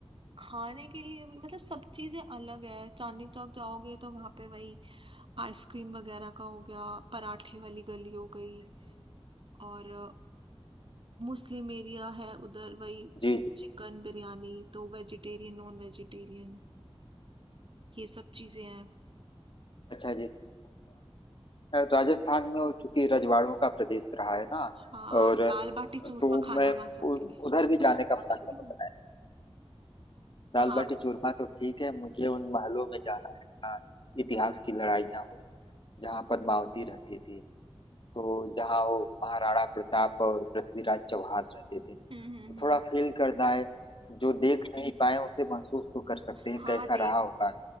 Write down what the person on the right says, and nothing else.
खाने के लिए भी मतलब सब चीजें अलग है चांदनी चौक जाओगे तो वहां पे वही आइसक्रीम वगैरह का हो गया पराठे वाली गली हो गई और अ, मुस्लिम एरिया है उधर वही
चिकन बिरयानी तो वेजिटेरियन नॉन वेजिटेरियन ये सब चीजें हैं
हाँ
दाल बाटी चूरमा
खाना
वहां जाके
<laughs>
हाँ
हम्म हम्म हम्म।
हाँ
देख